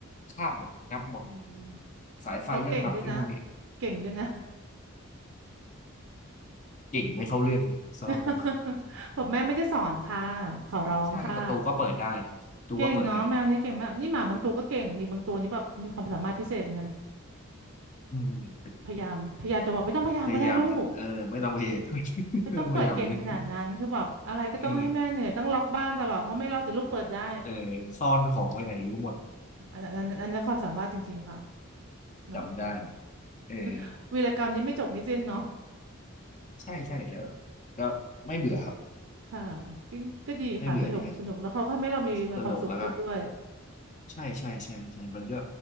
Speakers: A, on the left; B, on the right.
A: คาบหมดงับหมด
B: อืม
A: สายไฟก็งับไอ้พวกนี้
B: เขาเก่งด้วยนะเก่งด้วยนะ
A: เก่งไม่เข้าเรื่องสำหรับผม
B: <laughs> บอกแม่ไม่ได้สอนค่ะขอร้องค่ะ
A: ใช่ประตูก็เปิดได้ประตูก็เปิดได้
B: เก่งเนาะแมวเนี้ยเก่งมากนี่หมาบางตัวก็เก่งมีบางตัวนี่แบบมีความสามารถพิเศษเหมือนกัน
A: อืม
B: พยายามพยายามจะบอกไม่ต้องพยายามก็ได้ลูก
A: พยายามเออไม่ต้องพยายาม <laughs>
B: ไม่ต้องเปิดเก่งขนาดนั้นคือแบบอะไรก็ต้องให้แม่เหนื่อยต้องล็อกบ้านตลอดเพราะไม่ล็อกเดี๋ยวลูกเปิดได้
A: ไม่ต้องพยายามเลยเออเออซ่อนของไว้ไหนรู้หมด
B: อันนั้นอันนั้นอันนั้นความสามารถจริงๆค่ะเนาะ
A: จำได้เออ
B: <laughs> วีรกรรมนี้ไม่จบไม่สิ้นเนาะ
A: ใช่ใช่เออก็ไม่เบื่อครับ
B: ค่ะก็ก็ดีค่ะสนุกสนุกแล้วเขาก็ทำให้เรามีความสุขขึ้นด้วย
A: ไม่เบื่อดีครับ สนุกแล้วก็ใช่ใช่ใช่ใช่มันก็